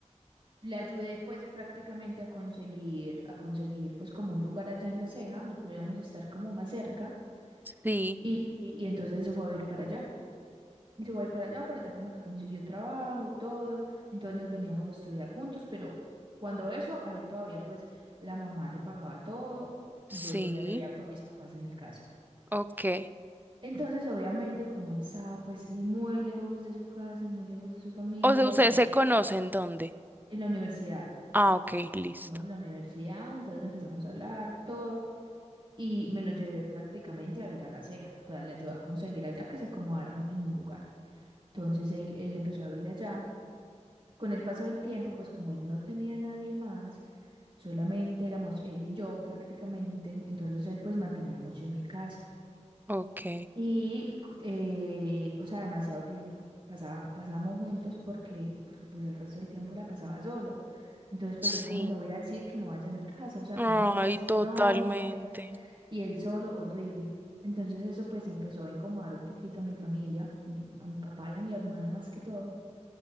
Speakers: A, on the right (about 40°); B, on the right (about 15°).
A: Le ayudé pues prácticamente a conseguir, a conseguir pues como un lugar allá en La Ceja donde pudiéramos estar como más cerca
B: Sí,
A: y, y, y entonces él se fue a ir para allá. Él se fue a ir para allá, para allá como que consiguió trabajo, todo. Entonces nos veníamos a estudiar juntos, pero cuando eso, a él todavía pues la mamá le pagaba todo
B: sí,
A: y yo todavía vivía con mis papás en mi casa.
B: ok.
A: Entonces obviamente como él estaba pues muy lejos de su casa, muy lejos de su familia,
B: O sea, ¿ustedes
A: solo
B: se conocen dónde?
A: en la universidad.
B: Ah, ok, listo.
A: conocimos en la universidad, entonces empezamos a hablar, todo, y me lo llevé prácticamente a vivir a la ceja. O sea, le ayudé a conseguir allá que se acomodara un- en un lugar. Entonces él, él empezó a vivir allá. Con el paso del tiempo, pues como él no tenía nadie más, solamente éramos él y yo prácticamente, entonces él pues mantenía mucho en mi casa.
B: Ok,
A: Y, eh, o sea, demasiado tiempo pasaba- pasamos juntos porque, porque pues el resto del tiempo la pasaba solo. Entonces, pues
B: sí.
A: yo cómo le voy a decir que no vaya a mi casa, o sea,
B: Ay,
A: cómo le voy a decir,
B: totalmente.
A: no, no vengas. Y él solo, horrible. Entonces eso pues empezó a incomodar un poquito a mi familia, a mi, a mi papá y a mi hermano más que todo,